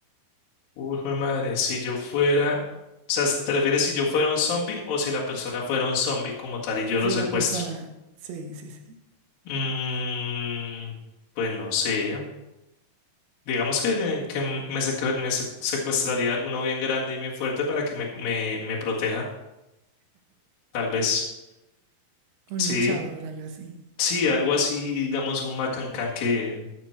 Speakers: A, on the left (about 65°); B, on the right (about 80°).
A: Uy, jue madre, si yo fuera, o sea, ¿te refieres si yo fuera un zombie o si la persona fuera un zombie como tal y yo
B: Si
A: lo secuestro?
B: la persona, sí, sí, sí,
A: Mm, pues no sé. Digamos que, que me, secre- me se- secuestraría alguno bien grande y bien fuerte para que me, me, me proteja, tal vez.
B: un
A: Sí,
B: luchador, algo así.
A: sí, algo así, digamos, un macancán que